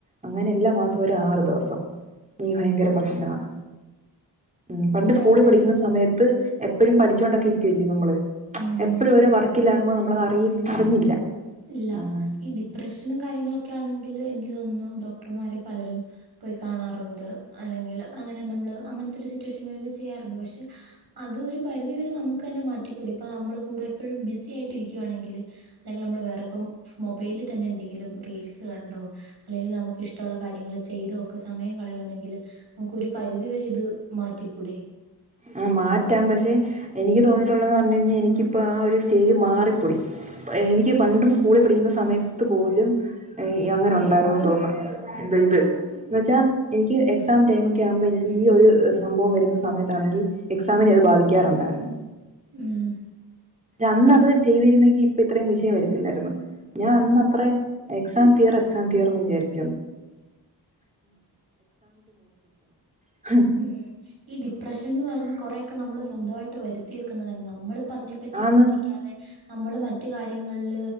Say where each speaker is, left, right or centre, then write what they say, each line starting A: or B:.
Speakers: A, on the right (about 15°); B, on the right (about 60°).
A: അങ്ങനെ എല്ലാ മാസവും ഒരു ആറു ദിവസം എനിക്ക് ഭയങ്കര പ്രശ്നമാണ് ഉം പണ്ട് സ്കൂളിൽ
B: ആ,
A: പഠിക്കുന്ന
B: ഡി-
A: സമയത്ത് എപ്പോഴും പഠിച്ചുകൊണ്ടൊക്കെ ഇരിക്കുവല്ലേ നമ്മള്
B: ഉം
A: എപ്പോഴും
B: ഉം
A: ഓരോ വർക്കില്ലാകുമ്പോൾ നമ്മളത് അറിഞ്ഞില്ല
B: ഇല്ല
A: ഉം
B: ഈ ഡിപ്രഷനും കാര്യങ്ങളൊക്കെ ആണെങ്കിൽ എനിക്ക് തോന്നുന്നു ഡോക്ടർമാരെ പലരും പോയി കാണാറുണ്ട്. അല്ലെങ്കിൽ അങ്ങനെ നമ്മൾ അങ്ങനത്തെ ഒരു സിറ്റുവേഷൻ വരുമ്പോൾ ചെയ്യാറുണ്ട് പക്ഷെ അത് ഒരു പരിധിവരെ നമുക്ക് തന്നെ മാറ്റി കൂടിപ്പൊ നമ്മൾ കൂടെ എപ്പഴും ബിസി ആയിട്ടിരിക്കുകയാണെങ്കിൽനിങ്ങള് നമ്മ മൊബൈലിൽ തന്നെ എന്തെങ്കിലും റീൽസ് കണ്ടോ അല്ലെങ്കിൽ നമുക്ക് ഇ്ടഷ്മുള്ള കാര്യങ്ങൾ ചെയ്തോ ഒക്കെ സമയം കളയുവാണെങ്കിൽ നമുക്കൊരു പരിധി വരെ ഇത് മാറ്റിക്കൂടെേ
A: ആ മാറ്റാം പക്ഷെ എനിക്ക് തോന്നിയിട്ടുള്ളതെന്നു പറഞ്ഞു കഴിഞ്ഞാൽ എനിക്കിപ്പോ ആ ഒരു സ്റ്റേജ് മാറിപ്പോയി എനിക്ക് പണ്ടും സ്കൂളിൽ പഠിക്കുന്ന സമയത്ത് പോലും അങ്ങനെ ഉണ്ടായിരുന്നന്ന് തോന്നുന്നു ഇത് എന്ന് വെച്ചാൽ എനിക്ക് എക്സാം ടൈം ഒക്കെ ആവുമ്പോ എനിക്ക് ഈ ഒരു സംഭവം വരുന്ന സമയത്ത് അത് എക്സാമിനെ അത് ബാധിക്കാറുണ്ടായിരുന്നു
B: ഉം
A: അന്ന് അത് ചെയ്തിരുന്നെങ്കിൽ ഇപ്പ ഇത്രയും വിഷയം വരത്തില്ലായിരുന്നു ഞാൻ അന്നത്ര എക്സാം ഫിയർ എക്സാം ഫിയർ എന്ന് വിചാരി <unintelligible>
B: ഉം ഈ ഡിപ്രഷൻ എന്ന് പറയുന്ന കൊറെയൊക്കെ നമ്മള് സ്വന്തമായിട്ട് വരുത്തി വെക്കുന്നത് തന്നെ നമ്മൾ പ്പ അതിനെപ്പറ്റി
A: ആന്ന്
B: ചിന്തിക്കാതെ നമ്മൾ മറ്റു കാര്യങ്ങളിൽ